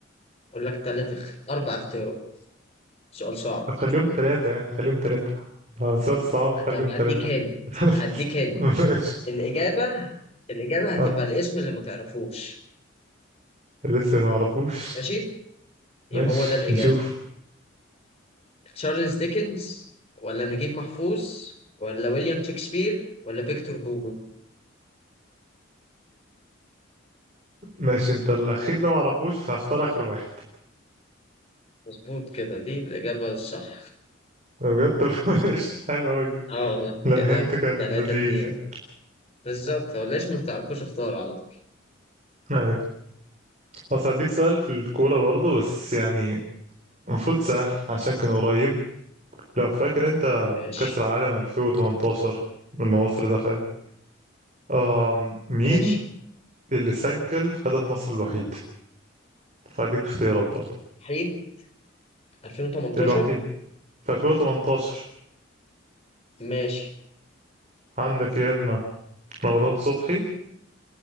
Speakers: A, on the left (about 30°); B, on the right (about 40°).
A: أقول لك تلات اخ- أربع اختيارات سؤال صعب
B: طب خليهم ثلاثة يعني خليهم ثلاثة اه سؤال صعب خليهم
A: طب هديك
B: ثلاثة
A: هند
B: <laughs>
A: هديك هند
B: ماشي
A: الإجابة الإجابة
B: ها
A: هتبقى الاسم اللي ما تعرفوش
B: لسه ما اعرفوش
A: ماشي يبقى
B: ماشي
A: هو ده الإجابة
B: نشوف
A: تشارلز ديكنز ولا نجيب محفوظ ولا ويليام شكسبير ولا فيكتور هوجو
B: ماشي انت الاخير ده ما اعرفوش فهختار اخر واحد
A: مظبوط كده دي الإجابة الصح
B: بجد طب <laughs> ماشي حلوة اوي دي
A: اه والله
B: ده
A: كده
B: الهنت كان
A: تلاتة
B: لذيذ
A: اتنين
B: يعني
A: بالظبط هو الاسم ما تعرفوش اختار على طول
B: ايوه اصل هديك سؤال في الكورة برضو بس يعني المفروض سهل عشان كان قريب لو فاكر انت
A: ماشي
B: كأس العالم 2018 لما مصر دخلت آم مين
A: ماشي
B: اللي سجل هدف مصر الوحيد؟ هديك اختيارات برضه
A: حيد 2018
B: الوحيد في 2018
A: ماشي
B: عندك يا اما رمضان صبحي